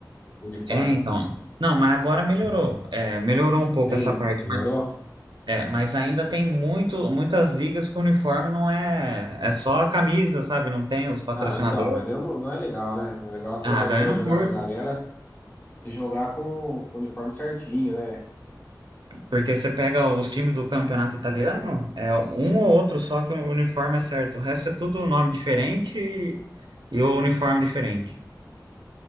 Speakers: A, on the left (about 30°); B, on the right (about 85°).
A: Uniforme.
B: é então. Não, mas agora melhorou. É, melhorou um pouco
A: Tem?
B: essa parte
A: Melhorou?
B: É, mas ainda tem muito, muitas ligas que o uniforme não é, é só a camisa, sabe? Não tem os patrocinadores.
A: Ah, então, mas daí eu não, não é legal, né? É legal você,
B: Ah,
A: a hora
B: daí
A: que você vai
B: eu não
A: jogar
B: curto,
A: com a galera, se jogar com o uniforme certinho, né?
B: porque você pega os times do campeonato italiano, é um ou outro só que o uniforme é certo. O resto é tudo nome diferente e, e o uniforme diferente.